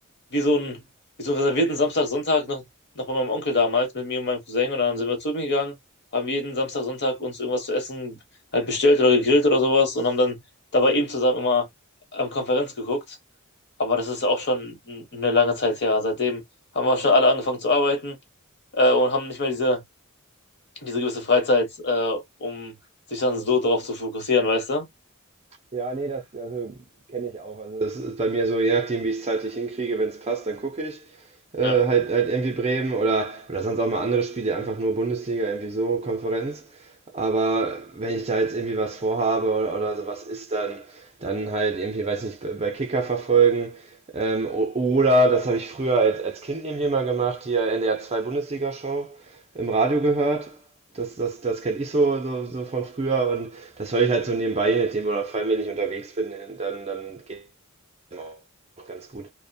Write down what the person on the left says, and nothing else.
wie so einen, wie so einen reservierten Samstag, Sonntag noch, noch bei meinem Onkel damals mit mir und meinem Cousin und dann sind wir zu ihm gegangen, haben jeden Samstag, Sonntag uns irgendwas zu essen halt bestellt oder gegrillt oder sowas und haben dann dabei eben zusammen immer am Konferenz geguckt. Aber das ist auch schon n- eine lange Zeit her. Seitdem haben wir schon alle angefangen zu arbeiten äh, und haben nicht mehr diese, diese gewisse Freizeit, äh, um sich dann so darauf zu fokussieren, weißt du?
Ja.
<laughs>